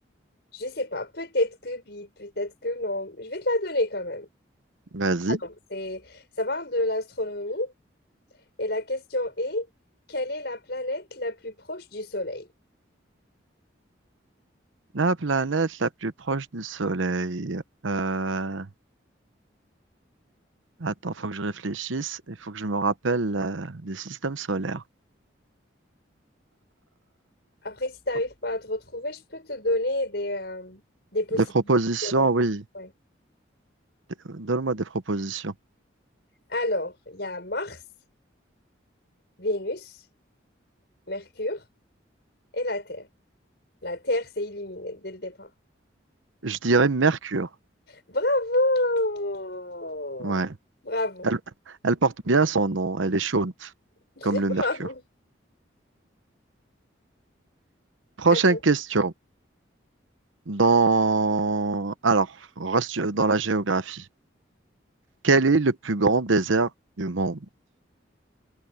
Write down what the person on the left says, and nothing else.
Je sais pas. Peut-être que oui, peut-être que non. Je vais te la donner quand même.
Alors, c'est, ça parle de l'astronomie Et la question est, quelle est la planète la plus proche du Soleil?
Après, si tu n'arrives
pas à te retrouver, je peux te donner des, euh, des possibilités
de réponse.
Ouais.
Alors, il y a Mars, Vénus, Mercure et la Terre. La Terre, c'est éliminé dès le départ.
Bravo!
Bravo.
<laughs> Je
dis
bravo.
Attends,